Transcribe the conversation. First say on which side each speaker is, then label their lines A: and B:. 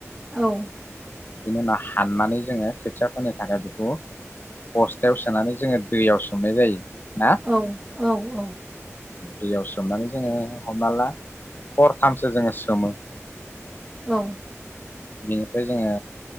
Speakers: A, in the centre; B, on the left.
A: औ
B: बिनि उनाव हाननानै जोङो खोथिया फोनो थाखाय ब'-बस्थायाव सोनानै जोङो दैयाव सोमनाय जायो। ना
A: औ औ औ
B: दैयाव सोमनानै जोङो हमना ला हरथामसो जोङो सोमो।
A: औ
B: बेनिफ्राय जोङो